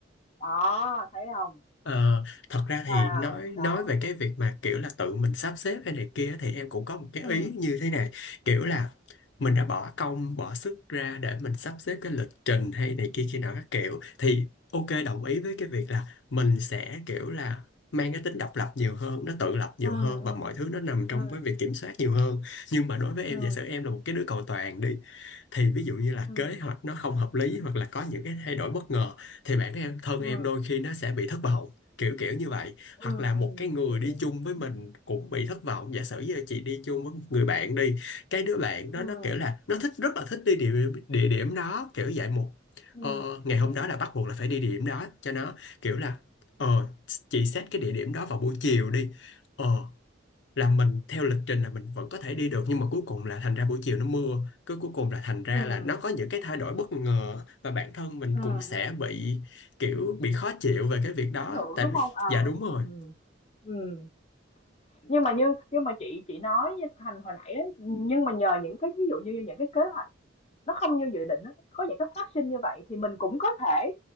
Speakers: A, on the left (about 35°); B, on the left (about 65°).
A: Đó, thấy không?
B: Ờ, thật ra
A: Wow,
B: thì nói
A: đó.
B: nói về cái việc mà kiểu là tự mình sắp xếp hay này kia thì em cũng có một cái
A: ừ
B: ý như thế này kiểu là mình đã bỏ công bỏ sức ra để mình sắp xếp cái lịch trình hay này kia kia nào các kiểu thì ok đồng ý với cái việc là mình sẽ kiểu là mang cái tính độc lập nhiều hơn nó tự lập nhiều
A: ừ
B: hơn và
A: ừ
B: mọi thứ nó nằm trong
A: ừ
B: cái việc kiểm soát nhiều hơn nhưng mà đối với em
A: ừ
B: giả sử em là một cái đứa cầu toàn đi thì ví dụ như là
A: ừ
B: kế hoạch nó không hợp lý hoặc là có những cái thay đổi bất ngờ thì bản em thân
A: ừ
B: em đôi khi nó sẽ bị thất vọng kiểu kiểu như vậy
A: ừ
B: hoặc là một
A: ừ
B: cái người
A: chị
B: đi
A: hiểu.
B: chung với
A: Ừm,
B: mình cũng bị thất vọng giả sử như là chị đi chung với một người bạn đi cái đứa bạn đó
A: ừm,
B: nó kiểu là nó thích rất là thích đi địa, địa điểm đó kiểu vậy một
A: ừm,
B: ờ, ngày
A: ừm,
B: hôm đó là bắt buộc là phải đi địa điểm đó cho nó kiểu là ờ chị xét cái địa điểm đó vào buổi chiều đi ờ là mình theo lịch trình là mình vẫn có thể đi được nhưng mà cuối cùng là thành ra buổi chiều nó mưa cứ cuối cùng là thành ra
A: ừm,
B: là nó có những cái
A: ừm.
B: thay đổi bất ngờ và bản thân mình
A: ừ
B: cũng sẽ
A: ừ
B: bị kiểu bị khó chịu về cái việc đó
A: Ảnh hưởng,
B: tại
A: đúng
B: vì
A: không Ờ,
B: dạ đúng rồi
A: ừ Ừm. Nhưng mà như nhưng mà chị chị nói với Thành hồi nãy ấy nhưng mà nhờ những cái ví dụ như những cái kế hoạch nó không như dự định á, có những cái phát sinh như vậy thì mình cũng có thể